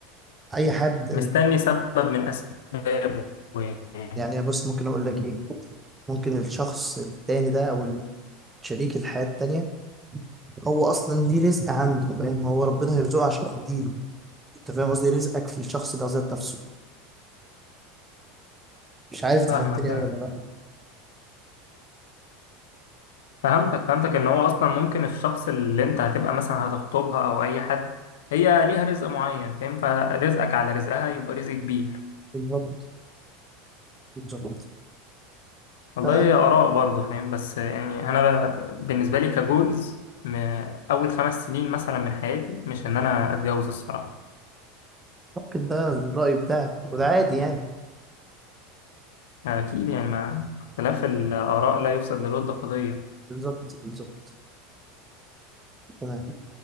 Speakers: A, on the right; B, on the left.
A: اي حد
B: مستني سبب من اسبابه يعني.
A: يعني بص ممكن اقول لك ايه ممكن الشخص التاني ده او شريك الحياة التانية هو اصلا ليه رزق عنده فاهم هو ربنا هيرزقه عشان يديله انت فاهم قصدي رزقك في الشخص ده ذات نفسه مش عارف انت
B: فاهمك
A: فهمتني قوي ولا لا
B: فهمتك فهمتك ان هو اصلا ممكن الشخص اللي انت هتبقى مثلا هتخطبها او اي حد هي ليها رزق معين فاهم فرزقك على رزقها يبقى رزق كبير
A: بالظبط بالظبط
B: والله
A: تمام
B: هي اراء برضه فاهم بس يعني انا ب- بالنسبه لي كجولز م- اول خمس سنين مثلا من حياتي مش ان انا اتجوز الصراحه
A: ممكن ده الرأي بتاعك وده عادي يعني
B: اكيد يعني مع اختلاف الاراء لا يفسد للود قضيه
A: بالظبط بالظبط تمام